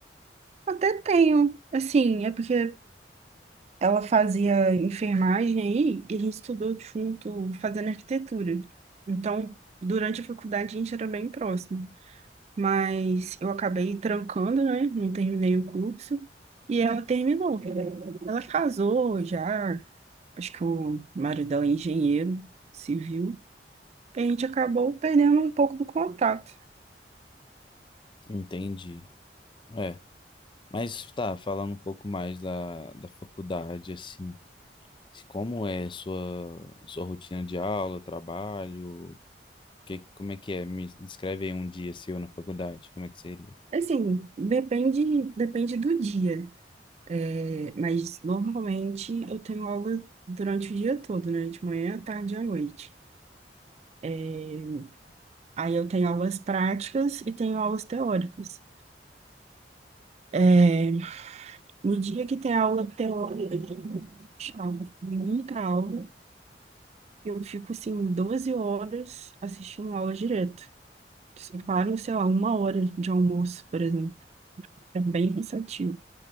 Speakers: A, on the right; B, on the left.
A: Até tenho, assim, é porque Ela fazia enfermagem aí e a gente estudou junto fazendo arquitetura. Então, durante a faculdade a gente era bem próximo, mas eu acabei trancando, né? Não terminei o curso e ela terminou. Ela casou já, acho que o marido dela é engenheiro civil. E a gente acabou perdendo um pouco do contato.
B: Entendi. É. Mas tá, falando um pouco mais da, da faculdade, assim, se- como é a sua sua rotina de aula, trabalho, que, como é que é? Me descreve aí um dia seu na faculdade, como é que seria?
A: Assim, depende, depende do dia. É, mas normalmente eu tenho aula durante o dia todo, né? De manhã, à tarde e à noite. É, Aí eu tenho aulas práticas e tenho aulas teóricas. É, no dia que tem aula teórica, chama muita aula, eu fico assim 12 horas assistindo aula direto. Só paro, sei lá, uma hora de almoço, por exemplo. É bem cansativo.